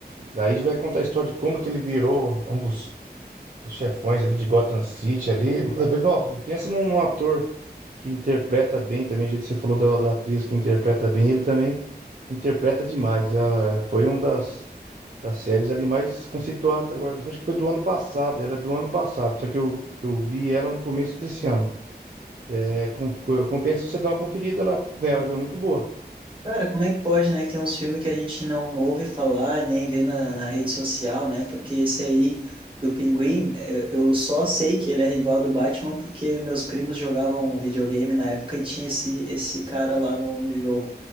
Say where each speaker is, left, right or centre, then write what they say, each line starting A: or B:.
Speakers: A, on the right; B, on the right.
A: Daí vai contar a história de como que ele virou um dos dos chefões ali de Gotham City ali. é Eh, Igual, é, pensa num, num ator que interpreta bem também, do jeito que você falou da, da atriz que interpreta bem, ele também interpreta demais. Ah, foi uma das, das séries ali mais conceituadas agora. Acho que foi do ano passado, ela é do ano passado, só que eu, eu vi ela no começo desse ano. É, com- co- compensa você dar uma conferida lá nela, viu? É Muito boa.
B: Cara, como é que pode, né, que tem uns filmes que a gente não ouve falar e nem vê na, na rede social, né? Porque esse aí do Pinguim, eu, eu só sei que ele é rival do Batman porque meus primos jogavam videogame na época e tinha esse, esse cara lá no, no jogo.